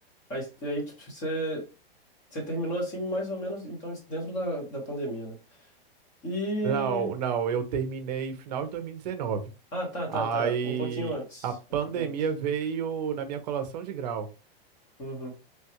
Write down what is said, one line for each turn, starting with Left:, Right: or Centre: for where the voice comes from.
Left: Aí, aí, tipo, você, você terminou assim, mais ou menos, então, dentro da, da pandemia, né? E.
Right: Não, não, eu terminei final de 2019.
Left: Ah, tá,
Right: Aí
Left: tá, tá. Um pouquinho antes.
Right: a pandemia
Left: Um pouquinho antes.
Right: veio na minha colação de grau.
Left: Uhum.